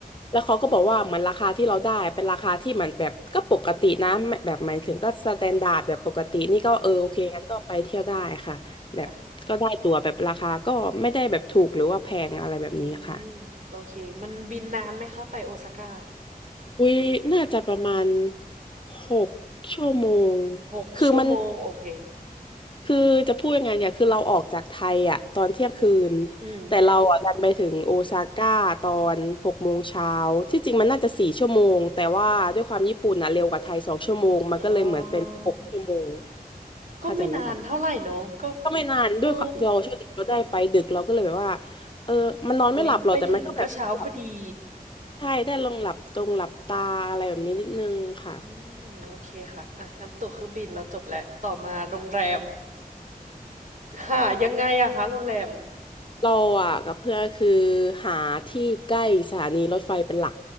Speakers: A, on the left; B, on the right.
A: แล้วเขาก็บอกว่าเหมือนราคาที่เราได้เป็นราคาที่เหมันแบบก็ปกตินะไม่แบบหมายถึงก็สแตนดาร์ดแบบปกตินี่ก็เออโอเคงั้นก็ไปเที่ยวได้ค่ะแบบก็ได้ตั๋วแบบราคาก็ไม่ได้แบบถูกหรือว่าแพงอะไรแบบนี้ค่ะ
B: อืมค่ะอืมโอเคมันบินนานไหมคะไปโอซาก้า
A: อุ้ยน่าจะประมาณหกชั่วโมง
B: หกชั่วโมงโอเค
A: คือมัน คือจะพูดยังไงเนี่ยคือเราออกจากไทยอ่ะตอนเที่ยงคืน
B: อืม
A: แต่เราอ่ะดันไปถึงโอซาก้าตอนหกโมงเช้า ที่จริงมันน่าจะสี่ชั่วโมง แต่ว่าด้วยความญี่ปุ่นอ่ะเร็วกว่าไทยสองชั่วโมง มันก็เลยเหมือนเป็นหกชั่วโมง
B: อ๋อก็ไม่นานเท่าไหร่เนอะก็
A: เข้าใจไหมคะ ก็ไม่นานด้วยความเราโชคดีเราได้ไฟดึกเราก็เลยแบบว่า
B: เออ
A: เออมันนอนไม่หลับหรอกแต่มันก็แบบหลับ
B: อุ๊ยไปถึงก็เช้าพอดี
A: ใช่ได้ลองหลับตรงหลับตาอะไรแบบนี้นิดนึงค่ะ
B: อืมโอเคค่ะอ่ะงั้นตั๋วเครื่องบินเราจบแล้วต่อมาโรงแรมค่ายังไงอะคะโรงแรม
A: เราอ่ะกับเพื่อนคือหาที่ใกล้สถานีรถไฟเป็นหลัก